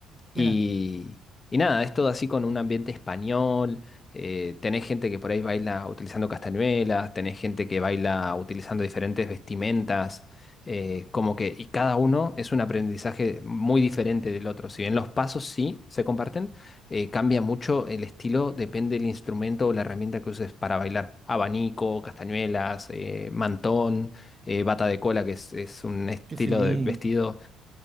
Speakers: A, on the left; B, on the right.
A: Y,
B: mira
A: y nada, es todo así con un ambiente español, eh, tenés gente que por ahí baila utilizando castañuelas, tenés gente que baila utilizando diferentes vestimentas, eh, como que, y cada uno es un aprendizaje muy diferente del otro, si bien los pasos sí se comparten eh, cambia mucho el estilo, depende del instrumento o la herramienta que uses para bailar. Abanico, castañuelas, eh, mantón, eh, bata de cola, que es, es un estilo
B: que sí.
A: de vestido.